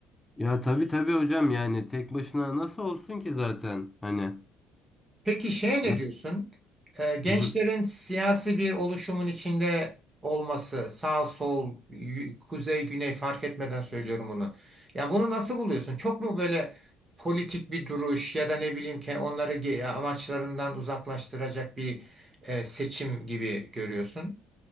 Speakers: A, on the left; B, on the right.
A: Ya tabii tabii hocam yani tek başına nasıl olsun ki zaten hani
B: Peki şey ne
A: ya.
B: diyorsun? Ee, gençlerin
A: Hı hı.
B: siyasi bir oluşumun içinde olması, sağ sol, y- kuzey güney fark etmeden söylüyorum bunu. Ya bunu nasıl buluyorsun? Çok mu böyle politik bir duruş ya da ne bileyim ki onları ge- amaçlarından uzaklaştıracak bir e, seçim gibi görüyorsun?